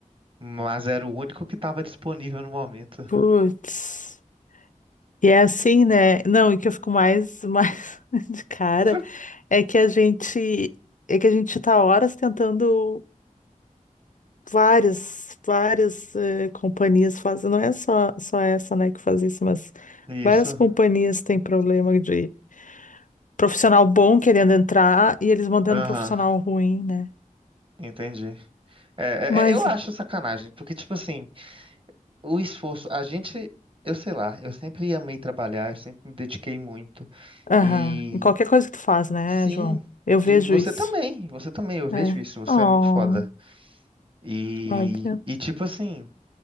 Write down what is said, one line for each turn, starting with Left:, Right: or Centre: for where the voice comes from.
Right: mas era o único que tava disponível no momento.
Left: Putz. E é assim, né? Não, e que eu fico mais, mais <laughs> de cara
Right: <laughs>
Left: é que a gente. É que a gente tá horas tentando. várias, várias eh, companhias fazem, não é só, só essa, né, que faz isso, mas
Right: Isso.
Left: várias companhias têm problema de profissional bom querendo entrar e eles mantendo
Right: Aham.
Left: um profissional ruim, né?
Right: Entendi. É,
Left: Mas,
Right: é, é, eu acho sacanagem, porque, tipo assim, o esforço, a gente, eu sei lá, eu sempre amei trabalhar, eu sempre me dediquei muito.
Left: aham,
Right: E
Left: em qualquer coisa que tu faz, né,
Right: sim,
Left: João? Eu vejo
Right: e você
Left: isso.
Right: também, você também, eu vejo
Left: É.
Right: isso, você
Left: Oh,
Right: é muito foda. E,
Left: vai ver.
Right: e tipo assim.